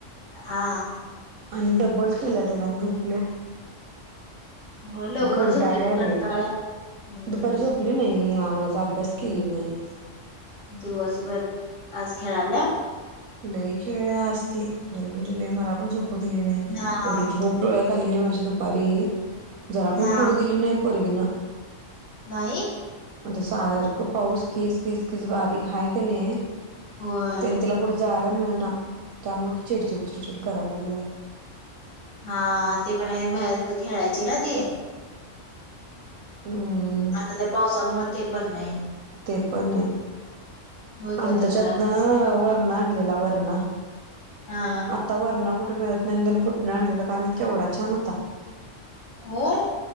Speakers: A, on the left (about 75°); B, on the right (about 85°).
A: हा.
B: आणि डब्बल केलं त्याला झोपल्या.
A: होय लवकर
B: कंटाळ्यालाय
A: झोपली की कंटाळा हम्म
B: दुपारी झोपली नाही आज अभ्यास केली नाही.
A: दिवसभर आज खेळाल्या.
B: लई खेळल्या असती लई म्हणजे लय मला पण झोप दिली नाही
A: हा
B: एवढी झोप डोळ्यात आलेली माझी दुपारी जरा
A: हा
B: पण पुढू दिली नाही पोरगीन.
A: नाही.
B: म्हणज सारखं पाऊस कीस कीस कीस बारीक आहे का नाही.
A: होय
B: त्यां तिला कुठं जा. मिळ त्या मग चिडचिड चिडचिड करा लागल्या.
A: हा ते पण बाहेर खेळायची ना ती
B: हम्म
A: आता त्या पावसामुळे ते पण नाही.
B: ते पण आहे
A: होय की
B: आम
A: आता
B: त्याच्यातन
A: घरातच
B: वरण आणलेला वरणा
A: हा हा
B: आता वरण कुठे मिळत नाही त्यां कुठून आणलेलं काय म्ह केवढा छान होता.
A: हो.